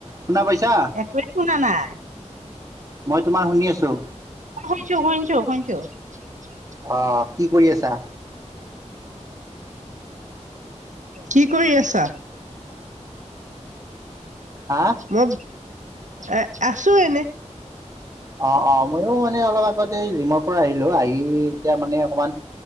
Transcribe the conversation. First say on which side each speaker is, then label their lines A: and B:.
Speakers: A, on the right (about 25°); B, on the right (about 80°).
A: শুনা পাইছা
B: একোৱে শুনা নাই।
A: মই তোমাৰ শুনি আছোঁ।
B: শুনিছো <unintelligible>
A: অ কি কৰি আছা?
B: কি কৰি আছা?
A: হা
B: মই এ আছো এনেই।
A: অ অ মইও মানে অলপ আগতে জিমৰ পৰা আহিলো, আহি এতিয়া মানে অকমান